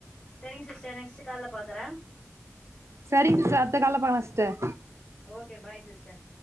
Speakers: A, on the left (about 20°); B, on the right (about 55°).
A: சேரிங்க சிஸ்டர் நெக்ஸ்ட் கால்ல பாக்குறே
B: செரிங்க சிஸ்டர் அடுத்த கால்ல பாக்கலா சிஸ்டர்
A: ஓகே பாய் சிஸ்டர்